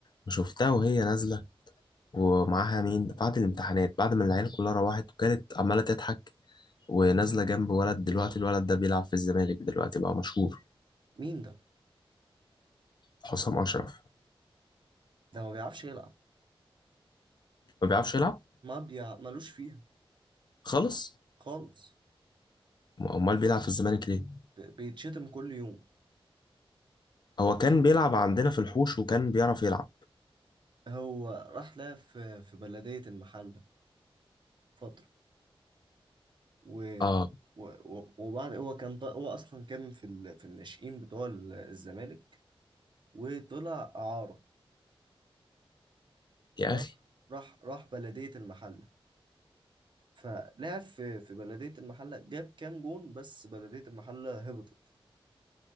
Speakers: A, on the left; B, on the right.
A: وشفتها وهي نازلة ومعاها مين بعد الامتحانات بعد ما العيال كلها روحت وكانت عمالة تضحك ونازلة جنب ولد دلوقتي الولد ده بيلعب في الزمالك دلوقتي بقى مشهور
B: مين ده
A: حسام أشرف
B: ده ما بيعرفش يلعب
A: ما بيعرفش يلعب
B: ما بيع... ملوش فيها
A: خلص
B: خالص
A: امال بيلعب في الزمالك ليه
B: ب... بيتشتم كل يوم
A: هو كان بيلعب عندنا في الحوش وكان بيعرف يلعب
B: هو راح لها في في بلدية المحل فترة و
A: اه
B: و- و- وبعد هو كان ط- هو اصلا كان في ال... في الناشئين بتوع ال- الزمالك وطلع اعاره
A: يا
B: راح
A: اخي
B: راح راح بلديه المحله فلعب في في بلديه المحله جاب كام جون بس بلديه المحله هبطت